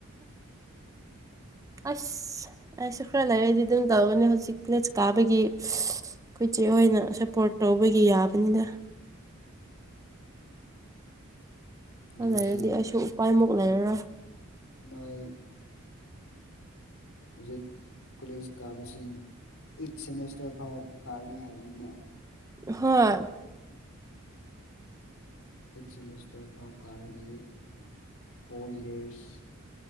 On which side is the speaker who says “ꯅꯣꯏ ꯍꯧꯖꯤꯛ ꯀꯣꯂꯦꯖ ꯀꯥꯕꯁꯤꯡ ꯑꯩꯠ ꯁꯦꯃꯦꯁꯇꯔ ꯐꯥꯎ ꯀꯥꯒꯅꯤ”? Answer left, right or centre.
Left